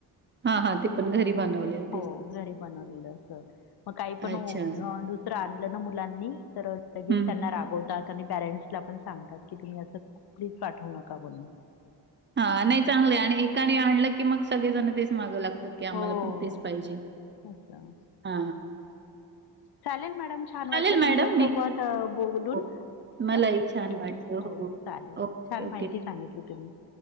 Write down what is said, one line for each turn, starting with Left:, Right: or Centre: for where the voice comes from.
Right: हा हा ते पण घरी बनवले.
Left: हो घरी बनवलेलं असं. मग काही
Right: अच्छा.
Left: पण दुसरं आणलं ना मुलांनी तर लगेच
Right: हं.
Left: त्यांना रागवत. आणि पॅरेंट्सला पण सांगतात की तुम्ही असं प्लीज पाठवू नका म्हणून
Right: हा नाही चांगलं आणि एकाणी आणलं की मग सगळेजण तेच मागं लागतात. की आम्हाला
Left: हो
Right: पण तेच पाहिजे
Left: असं
Right: हा.
Left: चालेल मॅडम छान वाटलं
Right: चालेल मॅडम
Left: तुमच्या सोबत
Right: मी
Left: बोलून
Right: हो, हो. मलाही
Left: हा
Right: छान
Left: ठीक
Right: वाटलं.
Left: आहे हो चालेल
Right: ओके,
Left: छान
Right: ओके.
Left: माहिती सांगितली तुम्ही?